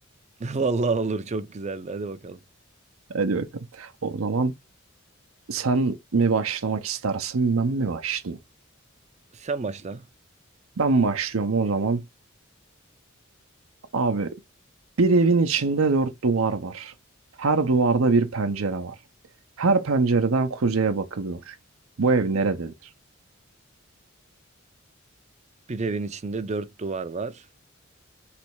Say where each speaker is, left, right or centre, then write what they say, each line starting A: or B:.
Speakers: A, on the right; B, on the right.
A: <laughs> Vallahi olur çok güzeldi. Hadi bakalım.
B: Hadi bakalım. O zaman sen mi başlamak istersin, ben mi başlayayım?
A: Sen başla.
B: Ben başlıyorum o zaman. Abi bir evin içinde dört duvar var. Her duvarda bir pencere var. Her pencereden kuzeye bakılıyor. Bu ev nerededir?
A: Bir evin içinde dört duvar var.